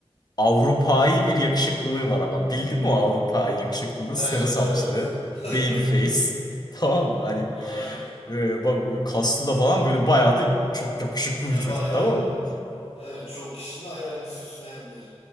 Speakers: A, on the left (about 40°); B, on the left (about 85°).
A: Avrupa'yı bir yakışıklılığı var ama bildin mi o Avrupa'yı yakışıklılığı
B: Evet
A: sarı saçlı
B: evet. <laughs>
A: baby face <laughs> tamam mı? Hani
B: Aynen.
A: eee, bak kaslı da falan böyle bayağı da çok yakışıklı
B: Ya
A: bir çocuk
B: bayağı
A: tamam mı?
B: evet, çoğu kişinin hayalini süsleyen biri.